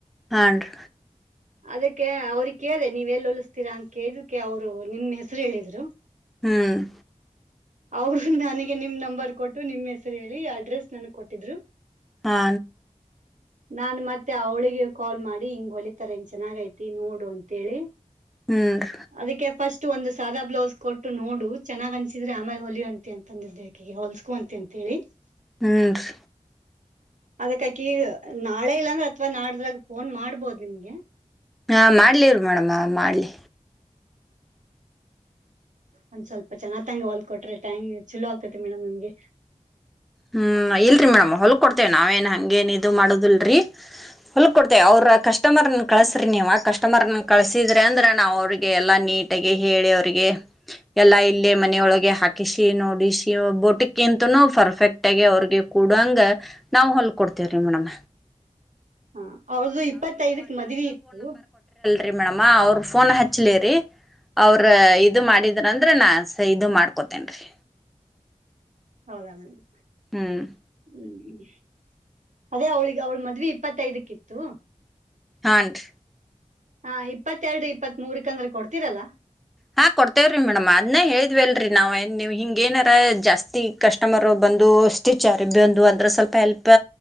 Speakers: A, in the centre; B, on the right.
A: ಹಾ ನರಿ.
B: ಅದಕ್ಕೆ ಅವ್ರ ಕೇಳೆ ನೀವ ಇಲ್ಲಿ ಹೊಲಿಸತೀರಾ ಅಂತ ಕೇಳಕ್ಕೆ ಅವರು- ನಿಮ್ ಹೆಸರು ಹೇಳಿದ್ರು.
A: ಹ್ಮ್.
B: ಅವರು ನನಗೆ ನಿಮ್ ನಂಬರ್ ಕೊಟ್ಟು ನಿಮ್ ಹೆಸರು ಹೇಳಿ ಅಡ್ರೆಸ್ ನನ್ಗ್ ಕೊಟ್ಟಿದ್ರು.
A: ಹಾ.
B: ನಾನ್ ಮತ್ತೆ ಅವಳಿಗೆ ಕಾಲ್ ಮಾಡಿ ಹಿಂಗ್ ಹೊಲಿತಾರೆ ಹಿಂಗ ಚೆನ್ನಾಗ ಐತಿ ನೋಡು ಅಂತೇಳಿ.
A: ಹ್ಮ್.
B: ಅದಕ್ಕೆ ಫಸ್ಟ್ ಒಂದು ಸಾದಾ ಬ್ಲೌಸ್ ಕೊಟ್ಟು ನೋಡು ಚೆನ್ನಾಗ್ ಅನ್ಸಿದ್ರೆ ಆಮೇಲೆ ಹೊಲುವಂತೆ ಅಂತ ಅಂದಿ ದೇ ಅಕಿಗೆ ಹೊಲ್ಸ್ಕುವಂತೆ ಅಂತೇಳಿ.
A: ಹ್ಮ ರಿ.
B: ಅದಕ್ಕ ಆಕಿ ನಾಳೆ ಇಲ್ಲಾಂದ್ರೆ ಅಥ್ವಾ ನಾಡ್ದ್ರಾಗ ಫೋನ್ ಮಾಡ್ಬೋದು ನಿಮ್ಗೆ.
A: ಹಾ ಮಾಡ್ಲಿರಿ ಮೇಡಮ್ಮ ಮಾಡ್ಲಿ.
B: ಒಂದ್ ಸ್ವಲ್ಪ ಚೆನ್ನ ತಂಗ ಹೊಲ್ ಕೊಟ್ರೆ ಟ್ಯಾಂಗ್ ಚಲೋ ಆಗ್ತೈತಿ ಮೇಡಮ್ ನಮ್ಗೆ.
A: ಹ್ಮ್ ಇಲ್ರಿ ಮೇಡಮ್ ಹೊಲ್ ಕೊಡ್ತೇವೆ ನಾವೇನ್ ಹಂಗೇನ್ ಇದು ಮಾಡುದಲ್ರಿ. ಹೊಲ್ಕ್ ಕೊಡ್ತೇವೆ ಅವ್ರರ ಕಸ್ಟಮರ್- ಕಳಸ್ರಿ ನೀವು ಆ ಕಸ್ಟಮರ್ನ ಕಳಸಿದ್ರೆ ಅಂದ್ರೆ ನಾವು ಅವ್ರಿಗೆ ಎಲ್ಲಾ ನೀಟಾಗಿ ಹೇಳಿ ಅವ್ರಿಗೆ ಎಲ್ಲಾ ಇಲ್ಲೇ ಮನೆಯೊಳಗೆ ಹಾಕಿಸಿ ನೋಡಿಸಿ ಬೋಟಿಕ್ಕಿಂತನೂ ಪರ್ಫೆಕ್ಟ್- ಒಟ್ಟೆಗೆ ಅವ್ರಿಗೆ ಕೂಡಂಗ ನಾವ್ ಹೊಲ್ಕ ಕೊಡ್ತೇವ್ರಿ ಮೇಡಮ.
B: ಹಾ ಅವ್ರ್ದು ಇಪ್ಪತ್ತೈದಕ್ ಮದುವೆ ಇತ್ತು.
A: ರಿ ಮೇಡಮ್ಮ ಅವರು ಫೋನ್ ಹಚ್ಲಿ ರೀ ಅವ್ರ ಇ ಮಾಡಿದ್ರಂದ್ರೆ ನಾ ಸ ಇದು ಮಾಡ್ಕೋತೇನ್ ರೀ.
B: ಹೌದಾ ಮೇಡಮ್.
A: ಹ್ಮ್.
B: ಹ್ಮ್ ಅದೇ ಅವ್ಳಿಗೆ ಅವ್ಳ ಮದ್ ಇಪ್ಪತ್ತೈದಕ್ಕಿ ಇತ್ತು.
A: ಹಾ ನರಿ.
B: ಹಾ ಇಪ್ಪತ್ತೆರಡು ಇಪ್ಪತ್ಮೂರ್ಕಂದ್ರೆ ಕೊಡ್ತೀರಲ್ಲ.
A: ಹಾ ಕೊಡ್ತೇವ್ರಿ ಮೇಡಮ್ ಅದ್ನ ಹೇಳಿದ್ವಿಲ್ರರಿ ನಾವ್ ವ್ ಹಿಂಗ ಏನಾರ ಜಾಸ್ತಿ ಕಸ್ಟಮರ್ ಬಂದು ಸ್ಟಿಚ್ರ್ ಬಂದು ಅಂದ್ರ ಸ್ವಲ್ಪ ಹೆಲ್ಪ್